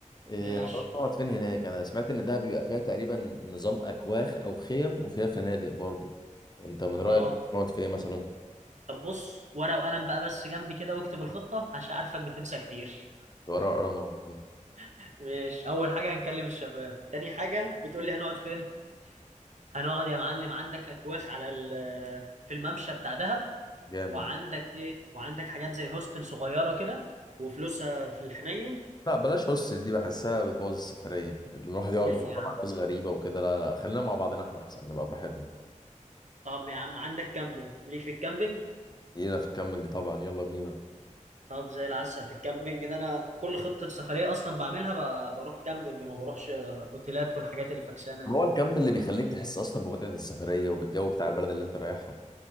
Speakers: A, on the left; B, on the right.
A: إيه
B: ماشي
A: هنروح نقعد فين هناك انا سمعت ان ده بيبقى فيها تقريبا نظام اكواخ او خيم وفيها فنادق برضو انت من
B: اه
A: رايك نقعد فين مثلا
B: طب بص ورقة وقلم بقى بس جنبي كده واكتب الخطة عشان عارفك بتنسى كتير
A: لو ورا ورا موجودين
B: <laughs> ماشي أول حاجة هنكلم الشباب تاني حاجة بتقول لي هنقعد فين هنقعد يا معلم عندك أكواخ على ال في الممشى بتاع دهب
A: جامد
B: وعندك إيه وعندك حاجات زي هوستل صغيرة كده وفلوسها في الحنين
A: لا بلاش هوستل دي بحسها بتبوظ السفريه اللي الواحد يقعد
B: ليه
A: في أوضة
B: يا عم
A: مع ناس غريبه وكده لا لا خلينا مع بعضنا احنا احسن نبقى براحتنا
B: طب يا عم عندك كامبينج ليك في الكامبينج
A: لينا في الكامبينج طبعا يلا بينا
B: طب زي العسل في الكامبينج ده انا كل خطة سفرية اصلا بعملها ب- بروح كامبينج ما بروحش اوتيلات والحاجات الفكسانة دي
A: هو الكامب اللي بيخليك تحس اصلا بمتعه السفريه وبالجو بتاع البلد اللي انت رايحها